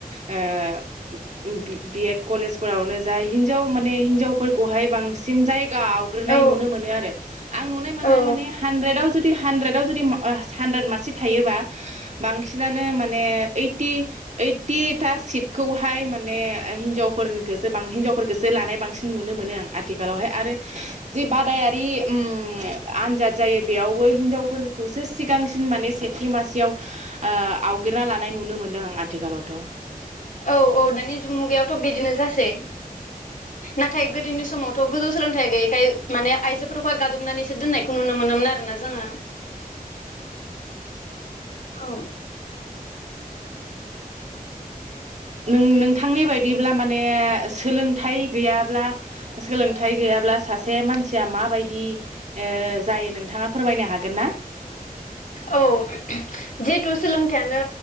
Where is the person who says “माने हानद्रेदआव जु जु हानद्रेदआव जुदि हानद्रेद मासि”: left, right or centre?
Right